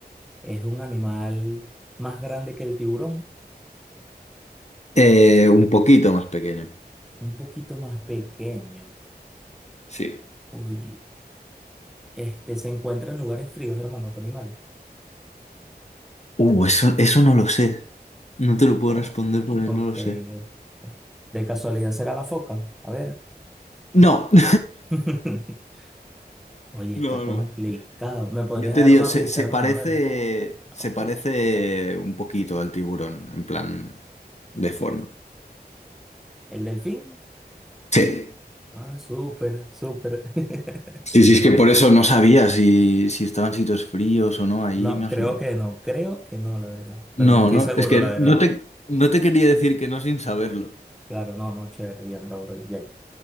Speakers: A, in the centre; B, on the left.
A: Es un animal más grande que el tiburón,
B: eh, un poquito más pequeño.
A: un poquito más pequeño.
B: Sí.
A: Uy, este se encuentra en lugares fríos, hermano, tu animal.
B: Uh, eso, eso no lo sé. No te lo puedo
A: Oh,
B: responder porque
A: Ok.
B: no lo sé.
A: eh, De casualidad será la foca. A ver.
B: No. <laughs>
A: <laughs> Oye,
B: No,
A: está complicado.
B: no.
A: ¿Me podrías
B: Yo te
A: dar
B: digo,
A: una
B: se,
A: pista,
B: se
A: hermano?
B: parece,
A: A ver. Ah,
B: se
A: Ok.
B: parece un poquito al tiburón, en plan de forma.
A: ¿El delfín?
B: Sí.
A: Ah, súper, súper. <laughs>
B: Sí, sí, es que por eso no sabía si, si estaban sitios fríos o no. Ahí
A: No,
B: me
A: creo
B: has-
A: que no. Creo que no, la verdad.
B: No,
A: Pero no estoy
B: no,
A: seguro,
B: es que
A: la verdad.
B: no te, no te quería decir que no sin saberlo.
A: Claro, no, no, chévere. Bien, bro, bro. Bien.